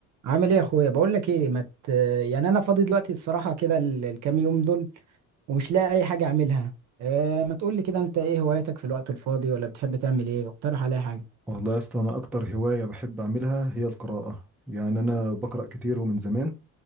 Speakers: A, on the right; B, in the centre.
A: عامل ايه يا اخويا بقول لك ايه ما مت... يعني انا فاضي دلوقتي الصراحه كده ال- الكام يوم دول ومش لاقي اي حاجه اعملها إيه ما تقول لي كده انت ايه هواياتك في الوقت الفاضي ولا بتحب تعمل ايه اقترح عليا حاجه
B: والله يا اسطى انا اكتر هوايه بحب اعملها هي القراءه يعني انا بقرا كتير ومن زمان